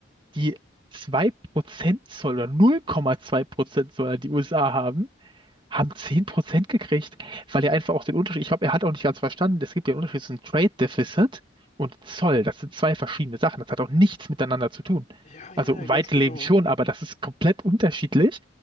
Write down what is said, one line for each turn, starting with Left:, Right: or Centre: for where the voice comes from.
Right: die 2% Zoll oder 0,2% Zoll an die USA haben haben zehn Prozent
Left: Ja, ja,
Right: gekriegt, weil er einfach auch den Unterschied, ich glaube, er hat auch nicht ganz verstanden, es gibt ja einen Unterschied zwischen Trade Deficit und Zoll.
Left: ja.
Right: Das sind zwei verschiedene Sachen. Das hat auch nichts miteinander zu tun.
Left: Ja, ja,
Right: Also
Left: ja,
Right: weitläufig
Left: ganz genau.
Right: schon, aber das ist komplett unterschiedlich.